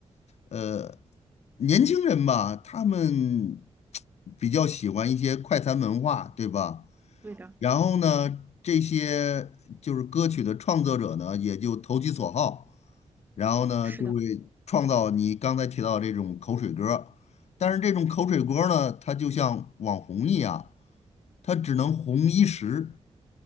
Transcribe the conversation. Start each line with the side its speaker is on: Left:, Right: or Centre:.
Left: 呃，年轻人吧，他们 <tsk> 比较喜欢一些快餐文化，对吧？
Right: 对的，
Left: 然后呢，这些就是歌曲的创作者呢，也就投其所好，然后呢，
Right: 是的，
Left: 就会创造你刚才提到这种口水歌儿但是这种口水歌儿呢，它就像网红一样，它只能红一时，